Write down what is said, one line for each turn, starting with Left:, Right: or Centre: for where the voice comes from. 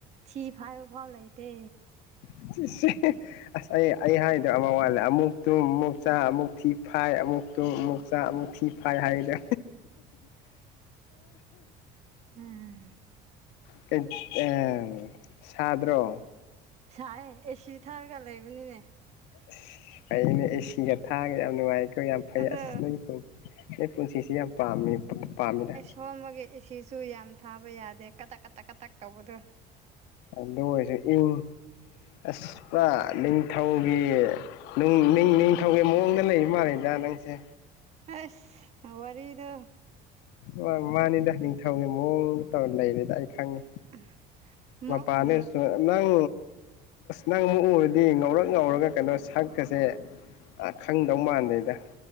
Right: ꯊꯤ ꯐꯥꯏꯕ ꯐꯥꯎ ꯂꯩꯇꯦ
Left: <unintelligible> ꯑꯁ ꯑꯩ ꯑꯩ ꯍꯥꯏꯗꯣ ꯑꯃ ꯋꯥꯠꯂꯦ ꯑꯃꯨꯛ ꯇꯨꯝ ꯑꯃꯨꯛ ꯆꯥ ꯑꯃꯨꯛ ꯊꯤ ꯐꯥꯏ ꯑꯃꯨꯛ ꯇꯣ ꯑꯃꯨꯛꯆꯥ ꯑꯃꯨꯛ ꯊꯤ ꯐꯥꯏ ꯍꯥꯏꯗꯣ
Right: ꯎꯝ
Left: <unintelligible> <unintelligible> ꯑꯝ ꯁꯥꯗ꯭ꯔꯣ
Right: ꯁꯥꯏ ꯑꯦꯁꯤ ꯊꯥꯔꯒ ꯂꯩꯕꯅꯤꯅꯦ
Left: ꯑꯁ ꯑꯩꯗꯤ ꯑꯦ ꯁꯤꯒ ꯊꯥꯔꯒ ꯌꯥꯝ ꯅꯨꯡꯉꯥꯏ ꯌꯥꯝ ꯐꯩ
Right: ꯑꯗꯣ
Left: ꯑꯁ ꯅꯣꯏꯒꯤ ꯅꯣꯏ ꯄꯨꯟꯁꯤꯁꯤ ꯌꯥꯝ ꯄꯥꯝꯃꯤ ꯄꯥꯝꯃꯤꯗ
Right: ꯅꯣꯡꯃꯒꯤ ꯑꯦ ꯁꯤꯁꯨ ꯌꯥꯝ ꯊꯥꯕ ꯌꯥꯗꯦ ꯀꯇꯛ ꯀꯇꯛ ꯀꯇꯛ ꯇꯧꯕꯗ
Left: ꯑꯗꯨ ꯑꯣꯏꯔꯁꯨ ꯏꯪ ꯑꯁ ꯄ ꯅꯤꯡꯊꯧꯒꯤ ꯅꯤꯡ ꯅꯤꯡ ꯅꯤꯡꯊꯧꯒꯤ ꯃꯑꯣꯡꯗ ꯂꯩꯕ ꯃꯥꯜꯂꯦꯗ ꯅꯪꯁꯦ
Right: ꯑꯁ ꯋꯥꯔꯤꯗꯨ
Left: ꯃꯥ ꯃꯥꯅꯤꯗ ꯅꯤꯡꯊꯧꯒꯤ ꯃꯑꯣꯡꯗ ꯇꯧꯔ ꯂꯩꯔꯦꯗ ꯑꯩ ꯈꯪꯉꯤ
Right: <unintelligible>
Left: ꯃ ꯄꯥꯅꯤꯁꯨ
Right: ꯎꯝ
Left: ꯅꯪ ꯅꯪ ꯑꯃꯨꯛ ꯎꯔꯗꯤ ꯉꯧꯔꯛ ꯉꯧꯔꯒ ꯀꯩꯅꯣ ꯁꯛꯀꯁꯦ ꯈꯪꯗꯧ ꯃꯥꯟꯗꯦꯗ